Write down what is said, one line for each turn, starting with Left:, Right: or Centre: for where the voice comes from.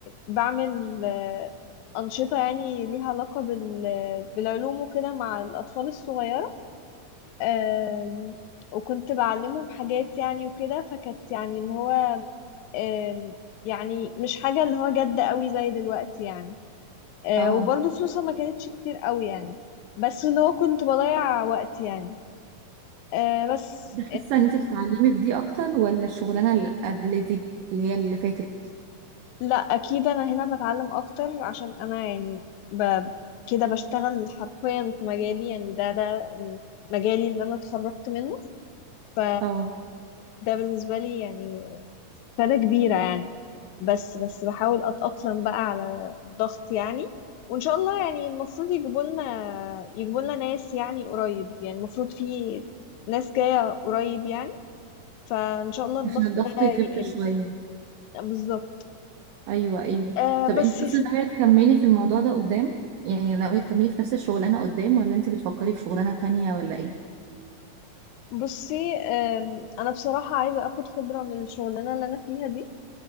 Left: بعمل آه، أنشطة يعني ليها علاقة بال... بالعلوم وكده مع الأطفال الصغيرة آم، وكنت بعلمهم حاجات يعني وكده فكانت يعني اللي هو آم، يعني مش حاجة اللي هو جد قوي زي دلوقتي يعني آه،
Right: اه
Left: وبرضه فلوسها ما كانتش كتير قوي يعني بس اللي هو كنت بضيع وقت يعني آه، بس
Right: حاسة ان انت بتتعلمي في دي اكتر ولا الشغلانة اللي قبل دي اللي هي اللي فاتت
Left: لا اكيد انا هنا بتعلم اكتر عشان انا يعني ب... كده بشتغل حرفيا في مجالي يعني ده ده مجالي اللي انا اتخرجت منه ف
Right: اه
Left: ده بالنسبه لي يعني فايده كبيره يعني بس بس بحاول اتاقلم بقى على الضغط يعني وان شاء الله يعني المفروض يجيبوا لنا يجيبوا لنا ناس يعني قريب يعني المفروض في ناس جايه قريب يعني فان شاء الله الضغط
Right: عشان الضغط
Left: ده يقل
Right: يخف شوية
Left: بالظبط
Right: ايوه ايوه
Left: آه
Right: طب
Left: بس
Right: انت
Left: يا
Right: اصلا
Left: ستي
Right: ناوية تكملي في الموضوع ده قدام يعني ناوية تكملي في نفس الشغلانة قدام ولا انت بتفكري في شغلانة تانية ولا ايه
Left: بصي أم، انا بصراحة عايزة اخد خبرة من الشغلانة اللي انا فيها دي